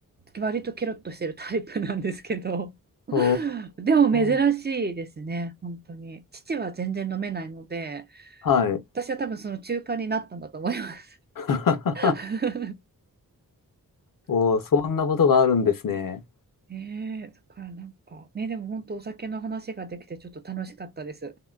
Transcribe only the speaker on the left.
お
ー。
はい。
<laughs>
おー、そんなことがあるんですね。